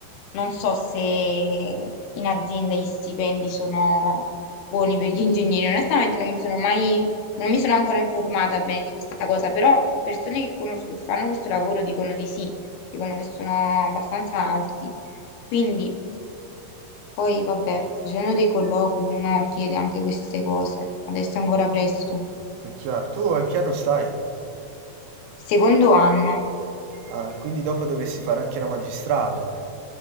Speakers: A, on the left (about 75°); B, on the right (about 75°).
A: non so se in azienda gli stipendi sono buoni per gli ingegneri. Onestamente non mi sono mai, non mi sono ancora informata bene di questa cosa, però persone che conosco che fanno questo lavoro dicono di sì, dicono che sono abbastanza alti. Quindi poi, vabbè, facendo dei colloqui uno chiede anche queste cose. Adesso è ancora presto.
B: È chiaro, tu a che anno stai?
A: Secondo anno,
B: Ah, quindi dopo dovresti fare anche la magistrale.